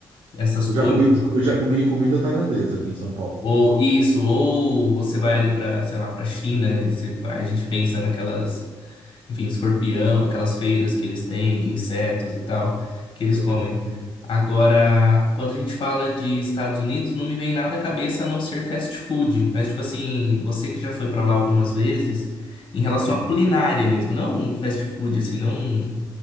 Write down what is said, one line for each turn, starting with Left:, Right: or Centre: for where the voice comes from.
Left: essas
Right: Eu
Left: coisas.
Right: já comi, eu já comi comida tailandesa aqui em São Paulo.
Left: Ou isso, ou você vai ali para, sei lá, para China, e você vai- a gente pensa naquelas, enfim, escorpião, aquelas feiras que eles têm de insetos e tal, que eles
Right: Sim,
Left: comem.
Right: sim.
Left: Agora, quando a gente fala de Estados Unidos, não me vem nada à cabeça a não ser fast food, mas tipo assim, você que já foi para lá algumas vezes, em relação
Right: Hum.
Left: à culinária mesmo, não um fast food assim, não, um,